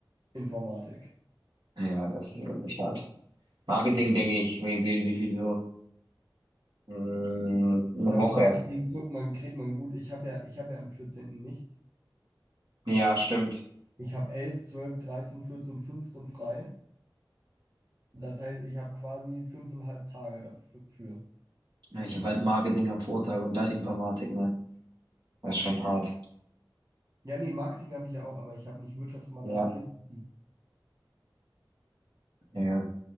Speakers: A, on the right; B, on the right.
A: Informatik.
B: Ja, das ist wirklich hart. Marketing, denke ich, wie viel, wie viel so? Mm, eine
A: Ich glaube,
B: Woche.
A: Marketing kriegt man, kriegt man gut. Ich habe ja, ich habe ja am 14. nichts.
B: Ja, stimmt.
A: Ich habe 11, 12, 13, 14, 15 frei. Das heißt, ich habe quasi fünfeinhalb Tage dafür.
B: Ich habe halt Marketing am Vortag und dann Informatik, ne? Das ist schon hart.
A: Ja, nee, Marketing habe ich ja auch, aber ich habe nicht Wirtschaftsmathe
B: Ja,
A: am 14.
B: ja.